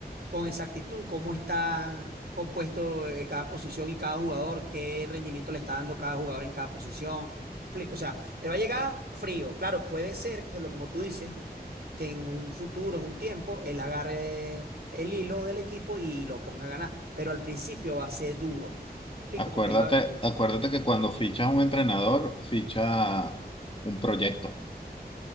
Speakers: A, on the right; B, on the left.
A: con exactitud cómo está compuesto eh, cada posición y cada jugador, qué rendimiento le está dando cada jugador en cada posición. ¿Me explico? O sea, él va a llegar frío. Claro, puede ser que, lo- como tú dices, que en un futuro, en un tiempo, él agarre el hilo del equipo y lo ponga a ganar. Pero al principio va a ser duro. ¿Me explico?
B: Acuérdate,
A: Porque él va. a-
B: acuérdate que cuando fichas a un entrenador, ficha un proyecto,